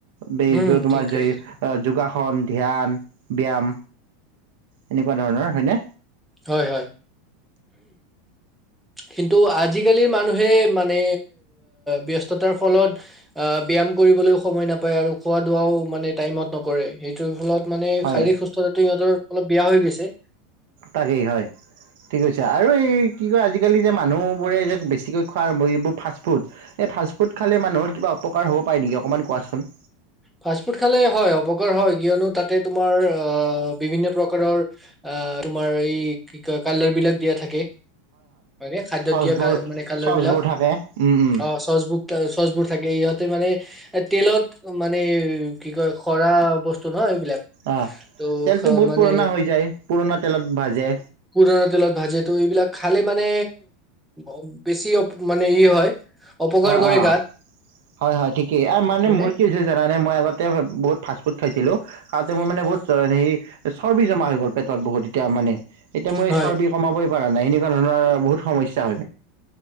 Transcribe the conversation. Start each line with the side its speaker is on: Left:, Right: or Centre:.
Right: বয
Centre: উম
Right: তোমাৰ
Centre: ঠিক কৈছা
Right: যে
Centre: তুমি
Right: যোগাস। শন ধ্যান ব্যায়াম এনেকুৱা ধৰণৰ হয়নে।
Centre: হয় হয়। কিন্তু আজিকালিৰ মানুহে মানে ব্যস্ততাৰ ফলত আহ। ব্যায়াম কৰিবলৈও সময় নাপায় আৰু খোৱা দোৱাও মানে টাইমত নকৰে সেইটোৰ ফলত। মানে
Right: হয়
Centre: শাৰীৰিক সুস্থতাটো ইিহঁতৰ অলপ বেয়া হৈ গৈছে।
Right: তাকেই হয়। ঠিক কৈছে আৰু এই কি কয় আজিকালি যে মানুহবোৰে যে বেছিকৈ খোৱা আৰম্ভ এইবোৰ ফাষ্টফুড- ফাষ্টফুড খালে মানুহৰ কিবা অপকাৰ হ'ব পাৰে নেকি অকণমান কোৱাচোন।
Centre: ফাষ্টফুড খালে হয় অপকাৰ হয় কিয়নো তাতে তোমাৰ বিভিন্ন প্ৰকাৰৰ। অঁ তোমাৰ এই কি ক কালাৰ বিলাক দিয়া থাকে। হয় ন খাদ্য
Right: চচবোৰ
Centre: দিয়া মানে কালৰ
Right: চচবোৰ
Centre: বিলাক
Right: থাকে উম উম
Centre: অ চচবুক- চচবোৰ থাকে ইহতে মানে এ তেলত মানে কি কয় খৰা বস্তু নহয়।
Right: অ
Centre: তহ
Right: তেলটো বহুত
Centre: মানে
Right: পুৰণা হৈ যায় পুৰণা তেলত ভাজে
Centre: হুৰৰ। তেলত ভাজে ত এইবিলাক খালে মানে উ বেছি মানে ই হয়। অপকাৰ
Right: অ'
Centre: কৰে
Right: অ
Centre: গাত
Right: 'হয় হয় ঠিকেই মানে
Centre: হয়নে
Right: মোৰ কি হৈছে - জানা নে মই আগতে বহুত ফাষ্ট ফুড খাইছিলোঁ - সে চৰ্বি জমা হৈ গ'ল পেটত বহুত এতিয়া মানে। এতিয়া মই
Centre: হয়
Right: চৰ্বি কমাবই পৰা নাই এনেকুৱা ধৰণ বহুত সমস্যা।